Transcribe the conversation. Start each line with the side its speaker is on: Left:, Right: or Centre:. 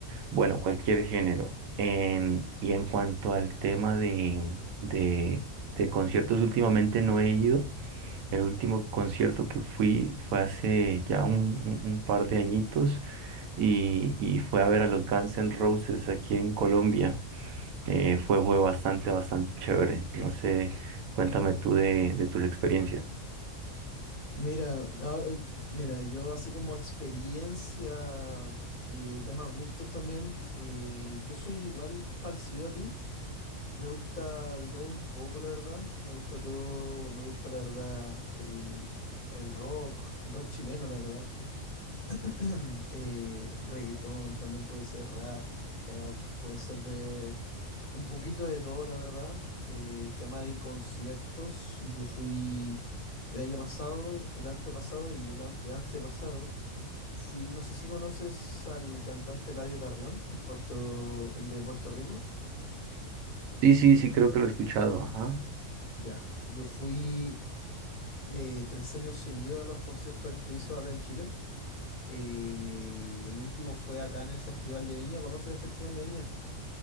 Right: bueno, cualquier género. En- y en cuanto al tema de, de, de conciertos, últimamente no he ido el último concierto que fui fue hace ya un, un- un par de añitos y, y fue a ver a los Guns N' Roses aquí en Colombia. Eh, fue, fue bastante, bastante chévere. No sé, cuéntame tú de, de tus experiencias.
Left: Mira, ahora- eh, mira, yo así como experiencia y tema gustos también, eh, yo soy igual parecido a ti. Me gusta de todo un poco, la verdad. Me gusta todo, me gusta la verdad el, el rock, rock chileno, la verdad. <clears throat> Eh, reggaetón, también puede ser rap, trap, puede ser de un poquito de todo, la verdad. Eh, tema de conciertos, yo fui el año pasado, el antepasado y el ante <laughs> anteantepasado. Fui, no sé si conoces al cantante Eladio Carrión, el puerto, el de Puerto Rico.
Right: Sí, sí, sí, creo que lo he escuchado. Ajá.
Left: Ya, yo fui eh, tres años seguidos a los conciertos que hizo acá en Chile. Eh, el último fue acá en el Festival de Viña. ¿Conoces el Festival de Viña?